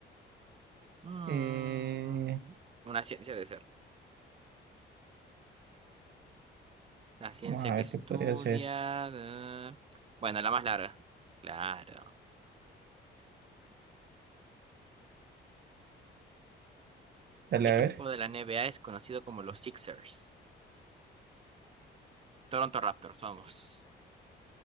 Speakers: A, on the right; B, on the right.
A: Mm,
B: Eh,
A: una ciencia de ser. La ciencia
B: vamos a
A: que
B: ver
A: estudia.
B: qué podría ser.
A: da- Bueno, la más larga. Claro.
B: Dale
A: ¿Qué equipo
B: a ver.
A: de la NBA es conocido como los Sixers? Toronto Raptors, vamos.